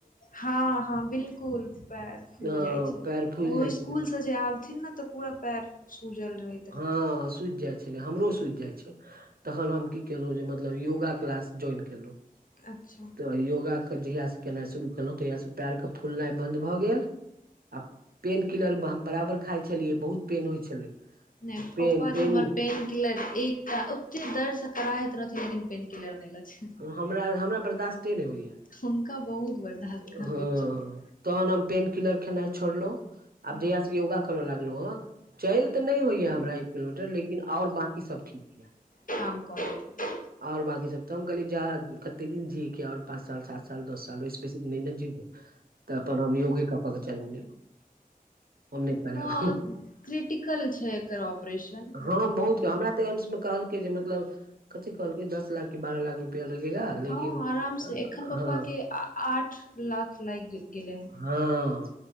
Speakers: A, on the left; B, on the right.
A: हँ हँ बिलकुल पैर फुल
B: हँ
A: जाइ छै
B: पयर फुलि
A: ओ
B: जाइ छलै
A: स्कुल से जे आबथिन न ते पूरा पैर सूजल रहे
B: हँ सुज जाइ छलै हमरो सुज जाइ छै तखन हम की केलहुँ जे मतलब योगा क्लास ज्वाइन केलहुँ
A: अच्छा
B: तऽ योगाके जहियासँ केनाइ शुरू केलहुँ तहियासँ पयरके फुलनाइ बन्द भऽ गेल आ पेन किलर बराबर खाइ छलियै बहुत पेन होइ छलै
A: नहि
B: पेन पेन
A: <unintelligible> किलर एकटा ओते दर्दसँ कराहैत रहथिन लेकिन पेन किलर नहि ल छै
B: हमरा हमरा बर्दाश्ते नहि होइया
A: हुनका बहुत बर्दास्त कर
B: हँ
A: दै छनि
B: तहन हम पेन किलर खेनाइ छोड़लहुँ आब
A: हँ
B: जहियास से योगा कर लगलो हँ चल ते नहि होइया हमरा किलोमीटर लेकिन आओर बाँकी सब ठीक छै
A: काम करै छै
B: आओर बाककी सब तऽ हम कहली जा कते दिन जियए क आओर पाँच साल सात साल दस साल ओहिस बेसी ने जीबै तऽ अपन हम योगे क क के चला लेब हम नइ करेब
A: हँ क्रिटिकल छै एकर ऑपरेशन
B: हम बहुत
A: जादा
B: हमरा त ऐमस के जे मतलब कथी कहलक दस लाख के बारह लाख रुपआ लगेगा
A: हँ
B: लेकिन
A: आराम से एखन पप्पा
B: हँ
A: के आठ लाख लागि गेले ह
B: हँ